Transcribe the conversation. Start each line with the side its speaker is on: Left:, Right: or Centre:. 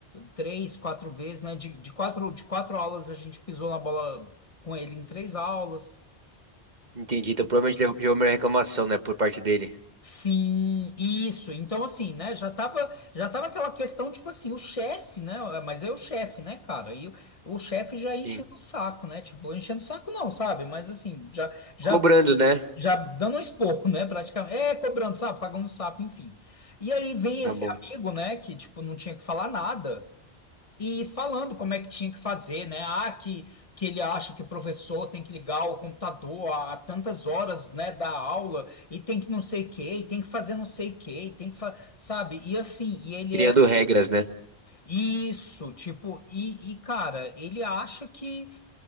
Left: três, quatro vezes, né? De, de quatro, de quatro aulas a gente pisou na bola com ele em três aulas.
Right: Entendi. Então provavelmente levou levou minha reclamação, né, por parte dele.
Left: Sim, isso. Então, assim, né? Já tava, já tava aquela questão, tipo assim, o chefe, né? é, Mas é o chefe, né, cara? E o, o chefe já
Right: Sim.
Left: enchendo o saco, né? Tipo, enchendo o saco não, sabe? Mas assim, já, já,
Right: Cobrando, né?
Left: já dando um esporro, <laughs> né? Praticamente. É, cobrando, sabe? Pagando um sapo, enfim. E aí vem
Right: Tá
Left: esse
Right: bom.
Left: amigo, né? Que, tipo, não tinha que falar nada. E falando como é que tinha que fazer, né? Ah, que, que ele acha que o professor tem que ligar o computador a tantas horas, né, da aula, e tem que não sei o quê, e tem que fazer não sei o quê, e tem que fa- sabe? E assim, e ele
Right: Criando
Left: é
Right: regras, né?
Left: isso, tipo, e, e cara, ele acha que